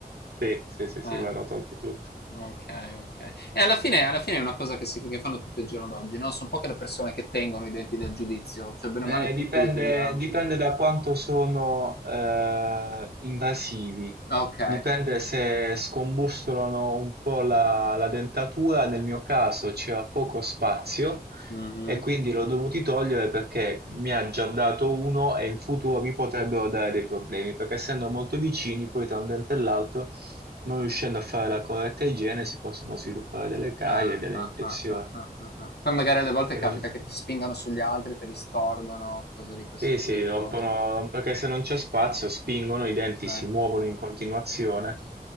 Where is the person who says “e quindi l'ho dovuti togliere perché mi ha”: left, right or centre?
Right